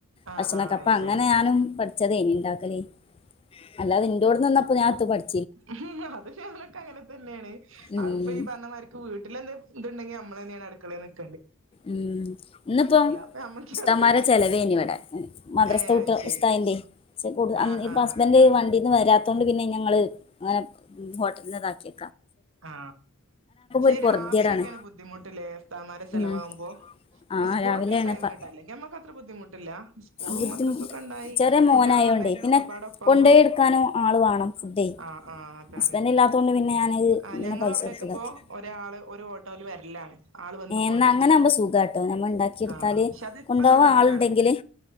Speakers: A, on the right; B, on the left.
A: ആഹ്
B: ഭക്ഷണൊക്കെ
A: ആഹ്
B: അപ്പങ്ങനെ
A: അത് ശരി
B: ഞാനും പഠിച്ചതൈനി ണ്ടാക്കലൈ അല്ലാതെ ഇൻഡോട്ന് ന്നിന്നപ്പൊഞാത്തുപടി
A: ഉ അത് ശെലോരക്കങ്ങനെതന്നേണ്
B: ഉം
A: അഹ്പ്പൊ ഈ പറഞ്ഞമാരിക്ക് വീട്ട് വീട്ടിലെന്ത് ത്ണ്ടെങ്കിൽ നമ്മളെന്നേണ് അടുക്കളെ നിക്ക
B: ഉം ഇന്നിപ്പം
A: അപ്പൊ നമ്മക്കെ
B: ഉസ്താമാരെ
A: അറിയുള്ളൂ
B: ചെലവേന്വ്ടെ മദ്രസ്തെ
A: ഏഹ്
B: കുട്ടൃള
A: അത് ശരി
B: ഉസ്തായിൻ്റസപ്പോട് ആൻ
A: ആഹ്
B: ഇൻ
A: ആഹ്
B: ഹസ്ബൻഡ് വണ്ടീന്ന് വരാ ത്തോണ്ട് പിന്നെ ഞങ്ങള് അങ്ങനെ മ് ഹോട്ടൽന് താക്കി
A: ആ ക്ഷെ
B: ഒരു പൊറുതിയേടാണ്
A: രാവിലെക്കേണ് ബുദ്ധിമുട്ട്ലേസ്താമാര ചലവാവും
B: ഉം
A: മ്പോ
B: ആ
A: സ്കൂളൊക്കെല്ല
B: രാവിലെയാണ്
A: ടൈമിനിട്ടാ അല്ലെങ്കിമ്മക്കത്ര ബുദ്ധിമുട്ടില്ല സ്കൂളും
B: ബുദ്ധിമുട്ട്
A: മദ്രസൊക്കെണ്ടായി
B: ചെറിയ മോനായോണ്ടേ
A: കുട്ടൃളെ പറഞ്ഞേക്കലൊക്കപ്പാടെ
B: പിന്നെ
A: പ്പാവുമ്പൊ
B: കൊണ്ടോയി എടുക്കാനും ആള് വേണം ഫുഡേ
A: ആ ആ അതാണ്
B: ഹസ്ബൻഡ് ഇല്ലാത്തോണ്ട് പിന്നെ ഞാനത്
A: ആ
B: ഇങ്ങനെ
A: ഞങ്ങളവിടേക്കപോ
B: പൈസ കൊടുത്തിതാക്കി
A: ഒരാള് ഒരു ഓട്ടോല് വരലാ ല്ലാണ് ആൾ വന്ന് കൊണ്ടോകും
B: എന്നാ അങ്ങനെ ആകുമ്പോ സുഖാട്ടോ നമ്മൾ ഉണ്ടാക്കിയെടുത്താല്
A: ആ ആ ക്ഷെ തിപ്പതൊടങ്ങിയതാണ്
B: കൊണ്ടോവാൻ ആളുണ്ടെങ്കില്